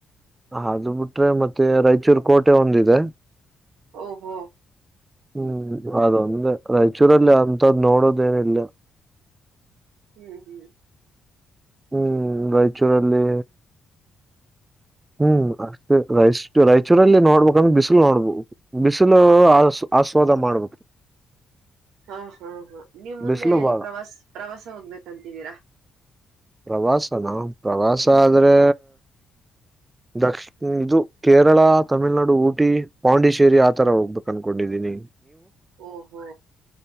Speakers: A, on the right; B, on the right.
A: ಅದು ಬುಟ್ರೆ ಮತ್ತೆ ರಾಯಚೂರ್ ಕೋಟೆ ಒಂದಿದೆ
B: ಓಹೋ
A: ಹ್ಮ್ ಅದೊಂದೆ ರಾಯ. ಚೂರಲ್ಲಿ ಅಂತದ್ ನೋಡೋದ ಏನ ಇಲ್ಲ
B: ಹ್ಮ್ ಹ್ಮ್
A: ಹ್ಮ್ ರಾಯಚೂರಲ್ಲಿ ಹ್ಮ್ ಅಷ್ಟತ ರೈಸ್ ರಾಯಚೂರಲ್ಲಿ ನೋಡ್ಬೇಕಂದ್ರ್ ಬಿಸಿಲು ನೋಡ್ಬು ಬಿಸಿಲು ಆ ಆಸ್ವಾದ ಮಾಡುವುದು.
B: ಹಾ ಹಾ ಹಾ ನೀವು ಮುಂದೆ
A: ಬಿಸಿಲು
B: ಎಲ್ಲಿ
A: ಬಾಳ
B: ಪ್ರವಾಸ ಪ್ರವಾಸ ಹೋಗ್ಬೇಕಂತಿದ್ದೀರಾ.
A: ಪ್ರವಾಸನಾ ಪ್ರವಾಸ ಆದ್ರೆ ದ. ಹ್ಮ ಇದು ಕೇರಳ ತಮಿಳ್ನಾಡು ಊಟಿ ಪಾಂಡಿಚೇರಿ ಆತರ ಹೋಗ್ಬೇಕು ಅನ್ಕೊಂಡಿದ್ದೀನಿ.
B: ಓ ಹೋ